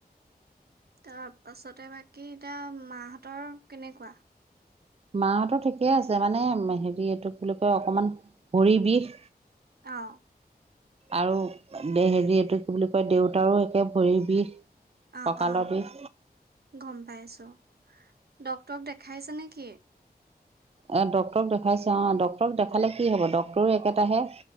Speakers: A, on the right; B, on the right.
A: তাৰ পাছতে বাকী এতিয়া মাহতৰ কেনেকুৱা?
B: মাহতো ঠিকেই আছে, মানে হেৰি এইটো বুলি কয় অকমান ভৰি বিষ।
A: অ
B: আৰু হেৰি এইটো কি বুলি কয় দেউতাৰো একে ভৰি বিষ।
A: অ',
B: কঁকালৰ
A: অ',
B: বিষ
A: গম পাইছোঁ। ডাক্তৰক দেখাইছে নেকি?
B: অ', ডক্তৰক দেখাইছে অ', ডক্তৰক দেখালে কি হব ডক্তটৰো একেটাহে।